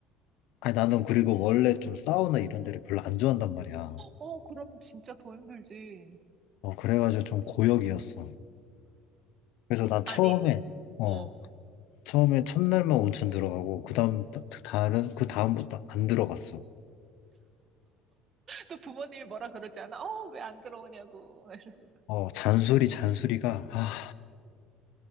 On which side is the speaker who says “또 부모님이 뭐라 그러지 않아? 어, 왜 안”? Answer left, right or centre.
Right